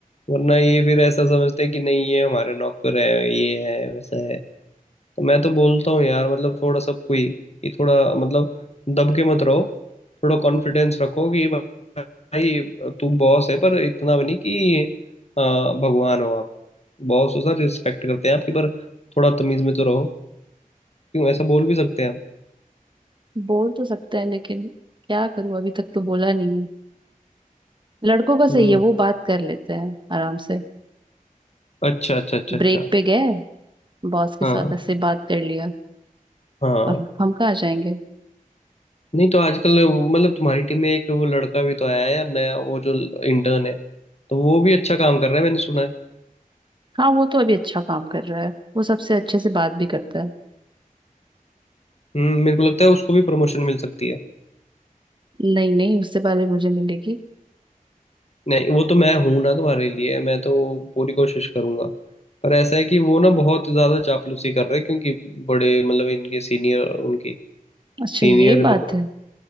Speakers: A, on the left (about 45°); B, on the right (about 35°).
A: वरना ये फिर ऐसा समझते हैं कि नहीं ये हमारे नौकर है ये है वैसा है तो मैं तो बोलता हूँ यार मतलब थोड़ा सबको ही कि थोड़ा मतलब दब के मत रहो थोड़ा कॉन्फिडेंस रखो कि भाई तू बॉस है पर इतना भी नहीं कि अ, भगवान हो आप बॉस हो सर रिस्पेक्ट करते हैं आपकी पर थोड़ा तमीज में तो रहो क्यों ऐसा बोल भी सकते हैं हम
B: बोल तो सकते हैं लेकिन क्या करूं अभी तक तो बोला नहीं है लड़कों का सही
A: हम्म
B: है वो बात कर लेते हैं आराम से
A: अच्छा अच्छा अच्छा अच्छा
B: ब्रेक पे गए बॉस के
A: हाँ
B: साथ ऐसे बात कर लिया
A: हाँ
B: और हम कहाँ जाएंगे
A: नहीं तो आजकल मतलब तुम्हारी टीम में एक वो लड़का भी तो आया है यार नया वो जो इंटर्न है तो वो भी अच्छा काम कर रहा है मैंने सुना है
B: हाँ वो तो अभी अच्छा काम कर रहा है वो सबसे अच्छे से बात भी करता है
A: हम्म मेरे को लगता है उसको भी प्रमोशन मिल सकती है
B: नहीं नहीं उससे पहले मुझे मिलेगी
A: नहीं वो तो मैं हूं ना तुम्हारे लिए मैं तो पूरी कोशिश करूंगा पर ऐसा है कि वो ना बहुत ज्यादा चापलूसी कर रहे हैं क्योंकि बड़े मतलब इनके सीनियर उनकी
B: अच्छा
A: सीनियर
B: ये बात
A: बहुत
B: है